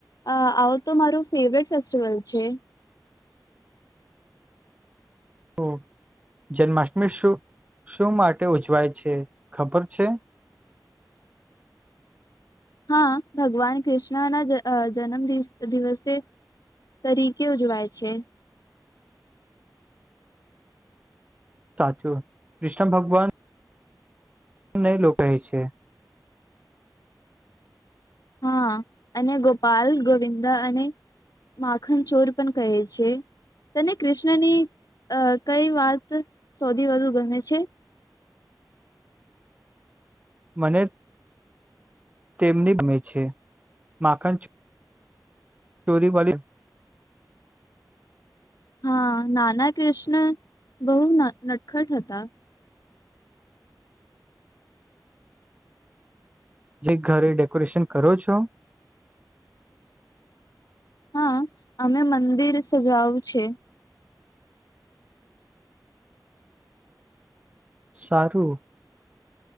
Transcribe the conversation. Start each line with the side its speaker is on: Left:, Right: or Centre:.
Left: અહ આવો તો મારું ફેવરેટ ફેસ્ટિવલ છે.
Right: તો જન્માષ્ટમી શું-શું માટે ઉજવાય છે, ખબર છે?
Left: હા. ભગવાન કૃષ્ણ ના જ અહ જન્મ દિસ દિવસે તરીકે ઉજવાય છે.
Right: સાચું. કૃષ્ણ ભગવાનને <unintelligible> છે.
Left: હા અને ગોપાલ ગોવિંદા અને માખન ચોર પણ કહે છે. તને કૃષ્ણની અહ કઈ વાત સૌથી વધુ ગમે છે?
Right: મને તેમની ગમે છે. માખન ચો ચોરી વાલી
Left: હા, નાના કૃષ્ણ બહુ નટખટ હતા.
Right: જે ઘરે ડેકોરેશન કરો છો?
Left: હા. અમે મંદિર સજાવું છે.
Right: સારું.